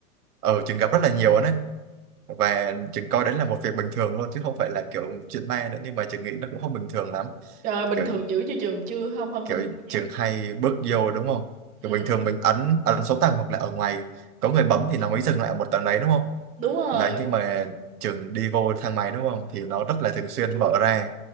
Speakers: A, on the right (about 80°); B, on the right (about 20°).
A: ở trường gặp rất là nhiều đấy và trường coi đấy là một việc bình thường luôn chứ không phải là kiểu chuyện ma nữa nhưng mà trường nghĩ nó cũng không bình thường lắm
B: trời ơi bình
A: kiểu
B: thường chữ chưa trường chưa không không
A: kiểu
B: bình thường nha
A: trường hay bước vô đúng không
B: ừ
A: kiểu bình
B: ừ,
A: thường mình ấn ấn số tầng hoặc là ở ngoài có người bấm thì nó mới dừng lại ở một tầng đấy đúng không
B: đúng rồi
A: đấy nhưng mà trường đi vô thang máy đúng không thì nó rất là thường xuyên mở ra